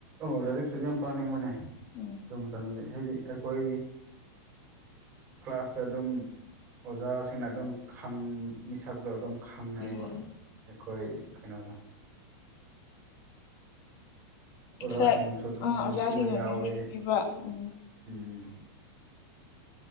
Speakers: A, on the right (about 20°); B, on the left (about 30°).
A: ꯑꯁꯨꯛ ꯌꯥꯝ ꯄꯥꯅꯤꯡꯕꯅꯦ
B: ꯎꯝ
A: ꯑꯗꯨ ꯃꯇꯝꯗꯗꯤ ꯍꯥꯏꯗꯤ ꯑꯩꯈꯣꯏ ꯀ꯭ꯂꯥꯁꯇ ꯑꯗꯨꯝ ꯑꯣꯖꯥꯁꯤꯡꯅ ꯑꯗꯨꯝ ꯈꯪ ꯃꯤꯁꯛꯇꯣ ꯑꯗꯨꯝ ꯈꯪꯅꯩꯕ
B: ꯎꯝ
A: ꯑꯩꯈꯣꯏ ꯀꯩꯅꯣꯗ ꯑꯣꯖꯥꯁꯤꯡꯁꯨ
B: ꯈꯔ
A: ꯑꯗꯨꯝ
B: ꯑ ꯑꯣꯖꯥꯁꯤꯡꯅ
A: ꯅꯨꯡꯁꯤꯕ ꯌꯥꯎꯋꯦ
B: ꯅꯨꯡꯁꯤꯕ ꯎꯝ
A: ꯎꯝ